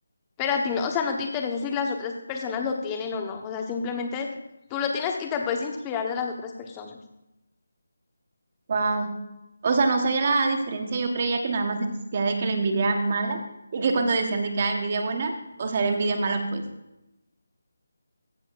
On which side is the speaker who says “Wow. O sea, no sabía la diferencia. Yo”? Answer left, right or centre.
Right